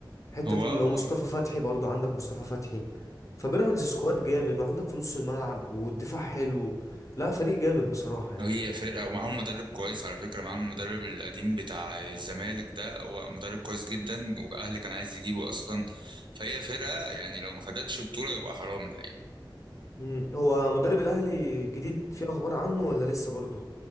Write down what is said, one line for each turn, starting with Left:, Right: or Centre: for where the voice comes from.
Left: حتة
Right: هو
Left: تقيلة
Right: آه،
Left: ومصطفى فتحي برضو عندك مصطفى فتحي فبيراميدز سكواد جامد وعندك في نص الملعب والدفاع حلو لا فريق جامد بصراحة يعني
Right: هي فرقة ومعاهم مدرب كويس على فكرة معاهم المدرب القديم بتاع الزمالك ده هو مدرب كويس جدا وأهلي كان عايز يجيبه أصلا فهي فرقة يعني لو ما خدتش بطولة يبقى حرام الحقيقة
Left: مم. هو مدرب الأهلي الجديد في أخبار عنه ولا لسه برضو؟